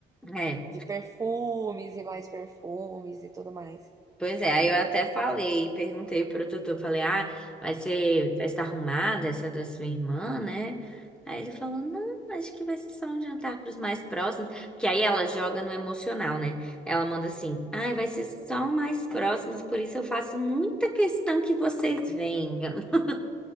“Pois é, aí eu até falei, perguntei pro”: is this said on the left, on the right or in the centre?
Centre